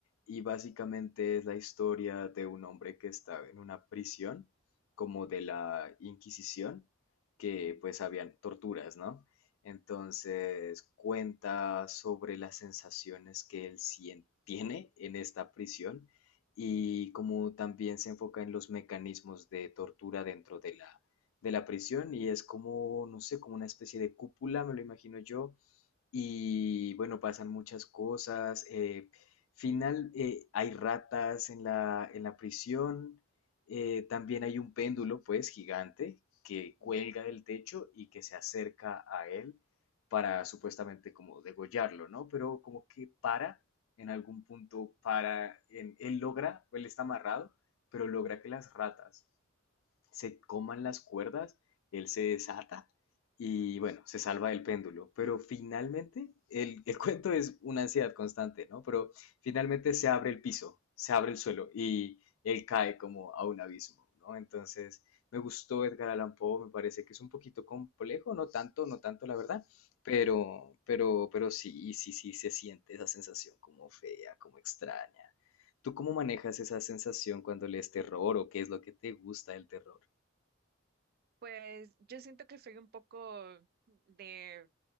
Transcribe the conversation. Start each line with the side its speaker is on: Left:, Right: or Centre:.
Left: Y básicamente es la historia de un hombre que está en una prisión, como de la Inquisición, que
Right: Ujú,
Left: pues habían torturas, ¿no? Entonces cuenta sobre las sensaciones que él sien- tiene en esta prisión y como también se enfoca en los mecanismos de tortura dentro de la de la prisión y es como, no sé, como una especie de cúpula, me lo imagino yo. Y bueno, pasan muchas cosas. eh, final, eh, hay ratas en la, en la prisión. eh, también hay un péndulo, pues, gigante que cuelga
Right: ujú.
Left: del techo y que se acerca a él para supuestamente como degollarlo, ¿no? Pero como que para, en algún punto para, en- él logra, él está amarrado, pero logra que las ratas se coman las cuerdas, él se desata y bueno, se salva del péndulo. Pero finalmente, el, el <laughs> cuento es una ansiedad constante, ¿no? Pero finalmente se abre el piso, se abre el suelo y él cae como a un abismo, ¿no? Entonces, me gustó Edgar Allan Poe, me parece que es un poquito complejo, no tanto, no tanto la verdad, pero, pero, pero sí, sí, sí se siente esa sensación como fea, como extraña. ¿Tú cómo manejas esa sensación cuando lees terror o qué es lo que te gusta del terror?
Right: Pues yo siento que soy un poco de...